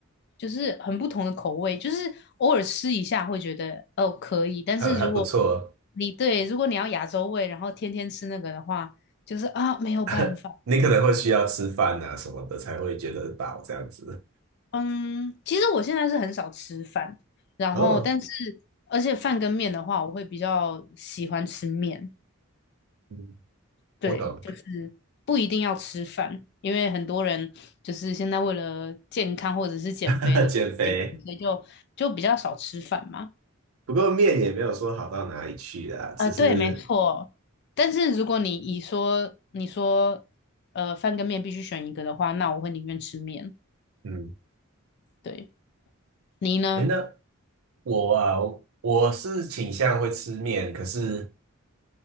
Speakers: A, on the left (about 50°); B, on the right (about 80°).
A: 就是很不同的口味，就是偶尔吃一下会觉得哦可以，但是如果
B: 还还不错哦。
A: 你对如果你要亚洲味，然后天天吃那个的话，就是啊没有办法。
B: <laughs> 你可能会需要吃饭啊什么的才会觉得饱这样子。
A: 嗯，其实我现在是很少吃饭，然后但是
B: 哦，
A: 而且饭跟面的话，我会比较喜欢吃面。
B: 嗯
A: 对，
B: 我懂。
A: 就是不一定要吃饭，因为很多人就是现在为了健康或者是减肥的原因，
B: <laughs> 减肥，
A: 所以就就比较少吃饭嘛。
B: 不过面也没有说好到哪里去啦，只是
A: 啊，对，没错。但是如果你以说你说呃饭跟面必须选一个的话，那我会宁愿吃面。
B: 嗯，
A: 对，你呢？
B: 哎，那我啊，我是倾向会吃面，可是